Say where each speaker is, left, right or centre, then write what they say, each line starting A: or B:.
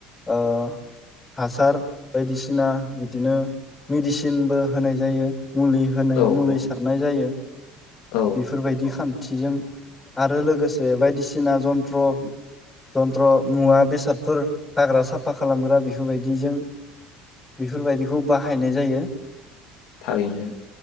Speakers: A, on the left; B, on the left.
A: ओ हासार बायदिसिना बिदिनो मेडिसिनबो होनाय जायो मुलि होनाय
B: औ
A: मुलि
B: औ
A: सारनाय जायो।
B: औ
A: बेफोरबायदि खान थिजों आरो लोगोसे बायदिसिना जन्थ्र जन्त्र मुवा बेसादफोर हाग्रा साफ साफा खालामग्रा बेफोरबायदिजों बेफोरबायदिखौ बाहायनाय जायो।
B: थारैनो